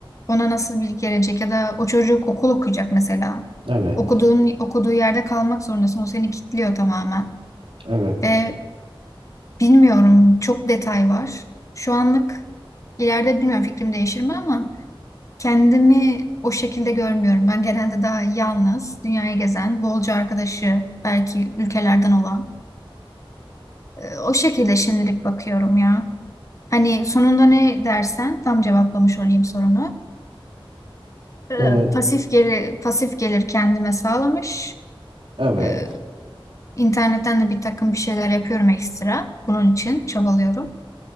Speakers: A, on the left (about 35°); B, on the right (about 70°).
A: ona nasıl bir gelecek ya da o çocuk okul okuyacak mesela
B: Evet.
A: okuduğun okuduğu yerde kalmak zorundasın o seni kilitliyor tamamen
B: Evet.
A: ve bilmiyorum çok detay var şu anlık ileride bilmiyorum fikrim değişir mi ama Kendimi o şekilde görmüyorum. Ben genelde daha yalnız, dünyayı gezen, bolca arkadaşı belki ülkelerden olan. e, O şekilde şimdilik bakıyorum ya. Hani sonunda ne dersen tam cevaplamış olayım sorunu. E,
B: Ee,
A: Pasif gelir, pasif gelir kendime sağlamış.
B: evet.
A: E, İnternetten de bir takım bir şeyler yapıyorum ekstra. Bunun için çabalıyorum.